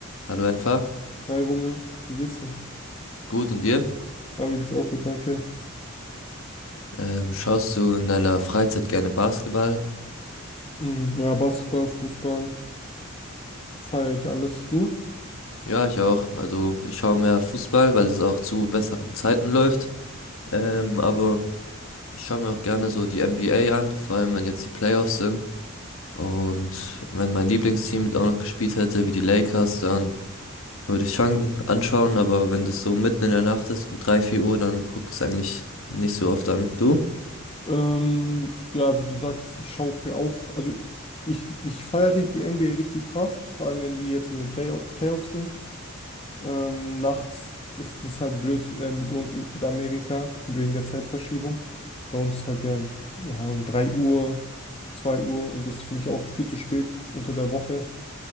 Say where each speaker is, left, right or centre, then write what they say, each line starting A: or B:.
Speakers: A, on the left; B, on the left.
A: Hallo Enfer,
B: Hi Romeo, wie geht's dir?
A: gut und dir?
B: Ja, mir geht's auch gut, danke.
A: Ähm, schaust du in deiner Freizeit gerne Basketball?
B: Mm, Ja, Basketball, Fußball, feiere ich alles. Du?
A: Ja, ich auch. Also ich schaue mehr Fußball, weil es auch zu besseren Zeiten läuft. Ähm, aber ich schaue mir auch gerne so die NBA an, vor allem wenn jetzt die Playoffs sind. Und wenn mein Lieblingsteam mit auch noch gespielt hätte, wie die Lakers, dann würde ich schon anschauen. Aber wenn das so mitten in der Nacht ist, um 3 4 Uhr, dann gucke ich es eigentlich nicht so oft an. Du?
B: Ähm, ja, wie du sagst, ich schaue es mir auch. Also ich, ich feiere die NBA richtig krass, vor allem wenn die jetzt in den Play Playoffs sind. Ähm, nachts ist es halt blöd äh, mit uns, in- mit Amerika, wegen der Zeitverschiebung. Bei uns ist halt ja, ja um 3 Uhr, zwei Uhr und das finde ich auch viel zu spät unter der Woche.